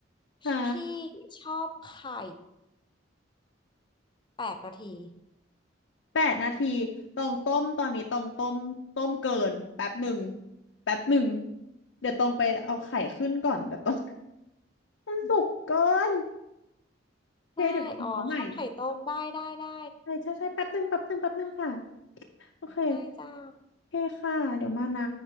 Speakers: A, on the left; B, on the left.
A: ฮะ
B: ชพี่ชอบไข่แปดนาที
A: แปดนาทีตองต้มตอนนี้ตองต้มต้มเกินแป๊บหนึ่งแป๊บหนึ่งเดี๋ยวตองไปเอาไข่ขึ้นก่อนเดี๋ยวตอง <laughs> มันสุกเกินโอเคเดี๋ยวมาเอาใหม่
B: ได้อ๋อชอบไข่ต้มได้ได้ได้
A: ใช่ใช่ใช่แป๊บหนึ่งแป๊บหนึ่งแป๊บหนึ่งค่ะโอเค
B: ได้จ้า
A: โอเคค่ะเดี๋ยวมานะ